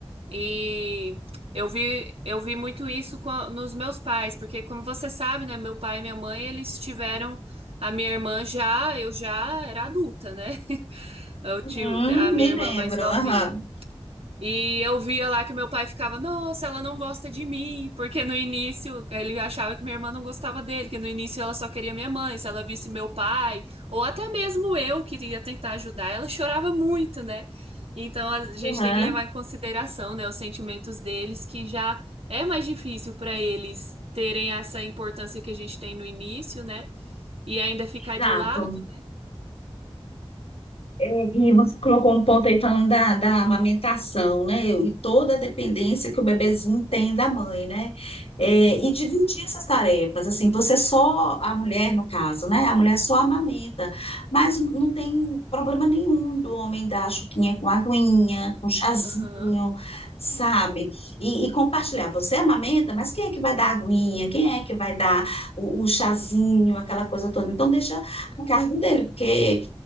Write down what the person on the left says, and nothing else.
Hum,
me
lembro.
Aham,
aham,
exato.
É, E você colocou um ponto aí falando da, da amamentação, né? E toda a dependência que o bebezinho tem da mãe, né? É, e dividir essas tarefas, assim, você é só, a mulher no caso, né? A mulher só amamenta, mas não tem problema nenhum do homem dar a chuquinha com aguinha, com chazinho,
sabe? E, e compartilhar, você amamenta, mas quem é que vai dar a aguinha? Quem é que vai dar o, o chazinho, aquela coisa toda? Então, deixa a cargo dele, porque